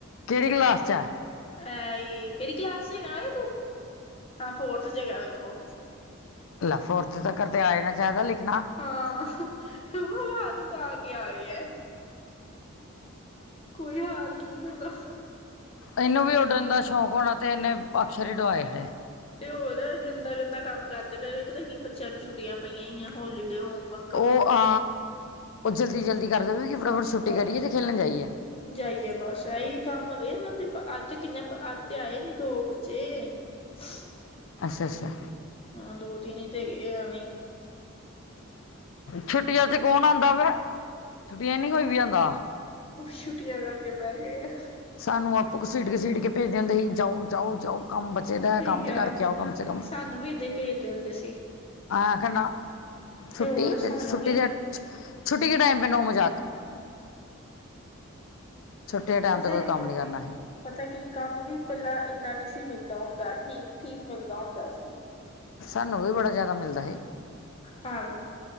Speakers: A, on the left; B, on the left.
A: ਕੇੜੀ ਕਲਾਸ 'ਚ ਆ।
B: ਅ ਏ ਕੇੜੀ ਕਲਾਸ 'ਚ ਹੇਗਾ ਓਏ ਤੂੰ, ਹਾਂ ਫੋਰਥ 'ਚ ਹੇਗਾ ਵੇਖੋ।
A: ਲੈ ਫੋਰਥ ਤੱਕਰ ਤੇ ਆ ਜਾਣਾ ਚਾਈਦਾ ਲਿਖਣਾ।
B: ਹਾਂ ਹ ਉ ਹਵਾ 'ਚ ਉੜਾ ਕੇ ਆ ਗਿਆ। ਕੋਈ ਹਾਲ ਨੀ ਏਨਾ ਦਾ।
A: ਏਨੂੰ ਵੀ ਉੱਡਣ ਦਾ ਸ਼ੌਂਕ ਹੋਣਾ ਤੇ ਏਨੇ ਅਕਸ਼ਰ ਈ ਡੁਵਾਏ ਛੜੇ।
B: ਤੇ ਹੋਰ ਗੰਦਾ-ਗੰਦਾ ਕੰਮ ਕਰਦੇ ਪਏ, ਪਤਾ ਕੀ ਬੱਚਿਆਂ ਨੂੰ ਛੁੱਟੀਆਂ ਪਈਆਂ ਅਈਆਂ ਹੋਲੀਡੇ ਹੋ ਵਕ
A: ਓ ਆ ਜਲਦੀ-ਜਲਦੀ ਕਰਦੇ ਵੇਂ ਕੀ ਫਟਾਫਟ ਛੁੱਟੀ
B: ਬਸ
A: ਕਰੀਏ ਤੇ ਖੇਲਣ ਜਾਈਏ।
B: ਜਾਈਏ ਬਸ। ਐਈ ਕੰਮ ਹੈਗੇ ਏਨਾ ਦੇ ਬ ਅੱਜ ਤੇ ਕਿੰਨੇ ਬੱ ਅੱਜ ਤੇ ਆਏ ਨੀ ਦੋ ਬੱਚੇ। <unintelligible>
A: ਅੱਛਾ-ਅੱਛਾ।
B: ਹਾਂ ਦੋ ਤਿਨ ਈ ਤੇ ਏਗੇ ਆ ਐਵੀਂ।
A: ਛੁੱਟੀਆਂ 'ਚ ਕੌਣ ਆਂਦਾ ਵਿਆ, ਛੁੱਟੀਆਂ 'ਚ ਨੀ ਕੋਈ ਵੀ ਆਂਦਾ।
B: ਛੁੱਟੀਆਂ ਕਰਕੇ ਬੈ ਗੇ ਆ।
A: ਸਾਨੂੰ ਆਪੋ ਘਸੀਟ-ਘਸੀਟ ਕੇ ਭੇਜਦੇ ਹੁੰਦੇ ਹੀ ਜਾਓ-ਜਾਓ ਜਾਓ। ਕੰਮ ਬਚੇ
B: ਸਹੀ
A: ਦਾ, ਕੰਮ ਤੇ
B: ਆ
A: ਕਰਕੇ ਆਓ ਕਮ ਸੇ ਕਮ।
B: ਸਾਨੂੰ ਵੀ ਏਦਾ ਈ ਭੇਜਦੇ ਹੁੰਦੇ ਸੀ।
A: ਅ ਆਖਾ ਨਾ ਛੁੱਟੀ
B: ਹੋਰ ਸਾਨੂੰ
A: ਤੇ ਛੁੱਟੀ,
B: ਵੀ
A: ਦੇ ਛੁੱਟੀ ਕੇ ਟਾਈਮ ਪੈ ਨੌ ਮਜ਼ਾਕ। ਛੁੱਟੀ ਦੇ ਟੈਮ
B: ਪਤਾ
A: ਤੇ ਕੋਈ
B: ਕੀ
A: ਕੰਮ ਨੀ ਕਰਨਾ ਅਹੀਂ।
B: ਪਤਾ ਕੀ ਕੰਮ ਵੀ ਪੈਲਾਂ ਏਨਾ ਨੀ ਸੀ ਮਿਲਦਾ ਹੁੰਦਾ, ਠੀਕ-ਠੀਕ ਮਿਲਦਾ ਹੁੰਦਾ ਸੀ।
A: ਸਾਨੂੰ ਵੀ ਬੜਾ ਜਾਦਾ ਮਿਲਦਾ ਹੀ।
B: ਹਾਂ